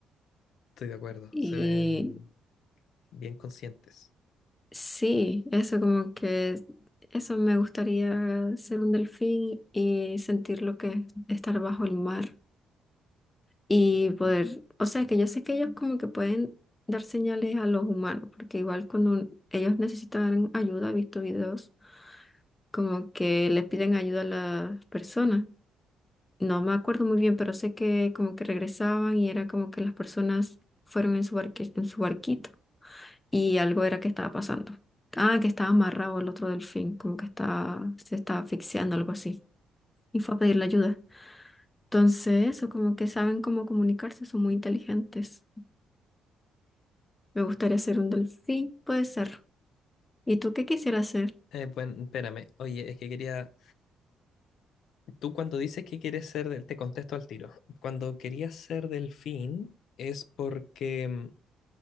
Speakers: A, on the left; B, on the left.
A: Estoy de acuerdo,
B: Y
A: se ven bien conscientes.
B: sí, eso como que, eso me gustaría ser un delfín y sentir lo que es estar bajo el mar y poder, o sea, que yo sé que ellos como que pueden dar señales a los humanos, porque igual cuando ellos necesitan ayuda, he visto videos, como que les piden ayuda a las personas. No me acuerdo muy bien, pero sé que como que regresaban y era como que las personas fueron en su barque- en su barquito. y algo era que estaba pasando. Ah, que estaba amarrado el otro delfín, como que estaba, se estaba asfixiando, algo así. Y fue a pedirle ayuda. Entonces, eso, como que saben cómo comunicarse, son muy inteligentes. Me gustaría ser un delfín, puede ser. ¿Y tú qué quisieras ser?
A: Eh, bueno, espérame. Oye, es que quería. Tú cuando dices que quieres ser del. Te contesto al tiro. Cuando querías ser delfín, ¿es porque mm,